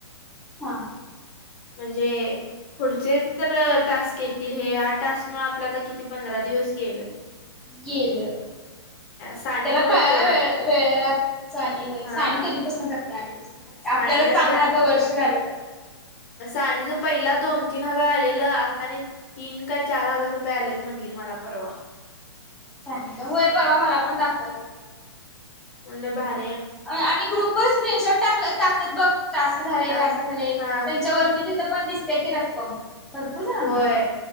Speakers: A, in the centre; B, on the left.
A: हा
B: म्हणजे पुढचे तर टास्क येतील हे ह टास्क मु आपल्या तर किती पंधरा दिवस गेले.
A: गेलं
B: सानीनं
A: त्याला
B: बघ
A: कळायला
B: तेवढ्यात
A: वेळ वेळ आणि
B: हा
A: सा आणि कधीपासून करते आधीपासून. करते
B: सानीनं
A: आपल्याला सांगून आता वर्ष झालं.
B: आणि ज पहिला दोन तीन हजार आलेलं आता आणि तीन काय चार हजार रुपये आलेत म्हटली मला परवा.
A: चा का होय परवा मला पण दाखवालती.
B: म्हणलं बाहेर
A: आणि ग्रुपवर स्क्रीनशॉट टाक टाकतात बघ टास्क झाले
B: हा
A: टास्क झाले
B: हा
A: त्यांच्यावरती पण दिसतेय की रक्कम भरपूर जणांना
B: होय